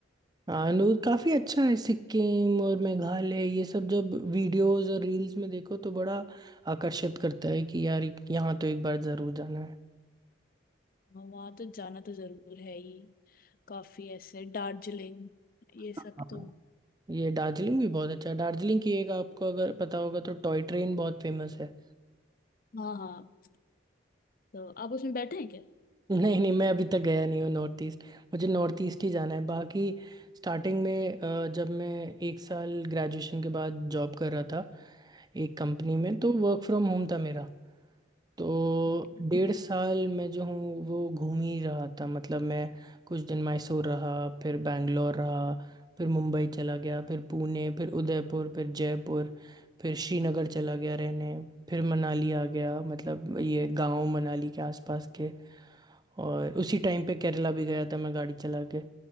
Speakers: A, on the right; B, on the left.
A: अनुर काफ़ी अच्छा है सिक्किम और मेघालय ये सब जब वीडियोस और रील्स में देखो तो बड़ा आकर्षित करता है कि यार यहाँ तो एक बार ज़रूर जाना है
B: वहां तो जाना तो जरूर है ही काफी ऐसे दार्जिलिंग ये
A: हाँ
B: सब तो
A: ये दार्जिलिंग भी बहुत अच्छा है दार्जिलिंग की एक आपको अगर पता होगा तो टॉय ट्रेन बहुत फेमस है
B: हाँ हाँ तो आप उसमें बैठे हैं क्या
A: नहीं नहीं मैं अभी तक गया नहीं हूँ नॉर्थ ईस्ट मुझे नॉर्थ ईस्ट ही जाना है बाकी स्टार्टिंग में अ, जब मैं एक साल ग्रेजुएशन के बाद जॉब कर रहा था एक कंपनी में तो वर्क फ्रॉम होम था मेरा तो
B: Okay.
A: डेढ़ साल मैं जो हूँ वो घूम ही रहा था मतलब मैं कुछ दिन मैसूर रहा फिर बैंगलोर रहा फिर मुंबई चला गया फिर पुणे फिर उदयपुर फिर जयपुर फिर श्रीनगर चला गया रहने फिर मनाली आ गया मतलब ये गांव मनाली के आसपास के और उसी टाइम पे केरला भी गया था मैं गाड़ी चला के